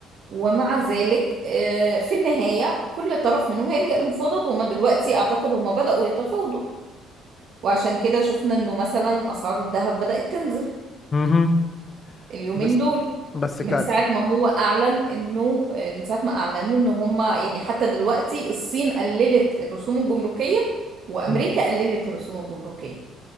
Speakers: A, on the right; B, on the left.
A: ومع ذلك آه، في النهاية كل طرف منهم هيلجأ للمفاوضات وهم دلوقتي أعتقد هم بدأوا يتفاوضوا وعشان كده شفنا إنه مثلا أسعار الذهب بدأت تنزل
B: مهم.
A: اليومين
B: بس
A: دول
B: بس
A: من
B: كعك
A: ساعة ما هو أعلن إنه آه، من ساعة ما أعلنوا إن هم يعني حتى دلوقتي الصين قللت الرسوم الجمركية وأمريكا
B: مم.
A: قللت الرسوم الجمركية